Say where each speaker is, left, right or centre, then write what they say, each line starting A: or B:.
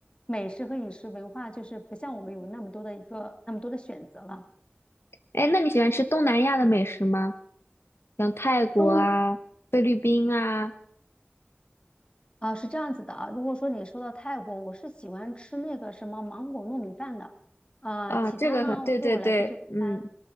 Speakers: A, on the left; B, on the left.
A: 美食和饮食文化就是不像我们有那么多的一个那么多的选择了。
B: 哎，那你喜欢吃东南亚的美食吗？像泰国啊、
A: 东
B: 菲律宾啊，
A: 啊，是这样子的啊。如果说你说到泰国，我是喜欢吃那个什么芒果糯米饭的，啊，
B: 啊，
A: 其他呢，
B: 这个很，对对对，
A: 我对我来说就一般。
B: 嗯，